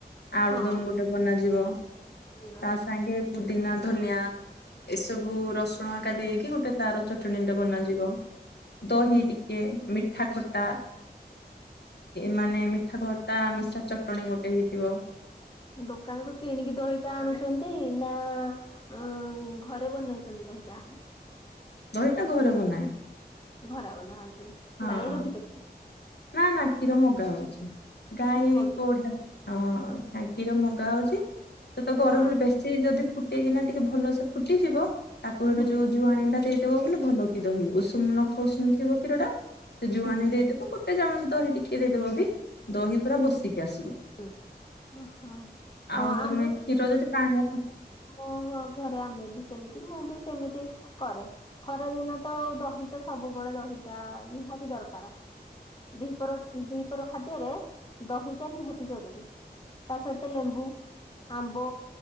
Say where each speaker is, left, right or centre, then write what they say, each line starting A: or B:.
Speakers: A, on the left; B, on the left.
A: ଆଳୁଦମ
B: ହଁ
A: ଗୋଟେ ବନାଯିବ
B: ଏଇଆ।
A: ତା ସାଙ୍ଗେ ପୁଦିନା ଧନିଆ। ଏସବୁ ରସୁଣ ଆଙ୍କା ଦେଇକି ଗୋଟେ ତାର ଚଟଣିଟେ ବନାଯିବ। ଦହି ଟିକେ ମିଠା ଖଟ ମାନେ ମିଠା ଖଟା ମିସା ଚଟଣି ଗୋଟେ ହେଇଥିବ।
B: ଦୋକାନରୁ କିଣିକି ଦହିଟା ଆଣୁଛନ୍ତି ନା? ଅ ଘରେ ବନେଇଛନ୍ତି ଦହିଟା।
A: ଦହିଟା ଘରେ ବନାଏ।
B: ଘରେ ବନାଅ ହାତରେ
A: ହଁ
B: ଗାଈ ରଖିଛ?
A: ନା ନା କ୍ଷୀର ମଗା ହଉଛି ଗାଈ
B: କ୍ଷୀର ମଗୁ
A: କଉଢା ହଁ ଟାଙ୍କିରୁ ମଗା ହଉଛି ସେ ତ ଗରମରେ
B: ହଁ
A: ବେଶ ସେ ଯଦି ଫୁଟେଇକିନା ଟିକେ ଭଲ ସେ ଫୁଟିଯିବ ତାକୁ ଗୋଟେ
B: ହୁଁ
A: ଯୋଉ ଜୁଆଣିଟା ଦେଇଦବ ବ ବୋଲି ଭଲ ଖିର ହ ଉଷୁମ ନଖ ଉଷୁମ ଥିବ କ୍ଷୀରଟା ସେ ଜୁଆଣି
B: ହୁଁ
A: ଦେଇଦବ ଗୋଟେ ଗୋଟେ ଚାମଚ ଦହି ଟିକେ ଦେଇଦବ ବି ଦହି ପୁରା ବସିକି ଆସିବ।
B: ହ ଓହୋ
A: ଆଉ
B: ହଁ
A: ତମେ
B: ଆମେ
A: କ୍ଷୀର ଯଦି ପାଣିଆ
B: ମୋ ଘରେ ଆମେ ବି ସେମିତି ମୁଁ ବି ସେମିତି କରେ। ଖରା ଦିନ ତ ଦହିଟା ସବୁବେଳେ ଦହିଟା ନିହାତି ଦରକାର। ଦିପହର ଦିପର ଖାଦ୍ୟରେ ଦହିଟା ନିହାତି ଜରୁରୀ। ତା ସହିତ ଲେମ୍ବୁ ଆମ୍ବ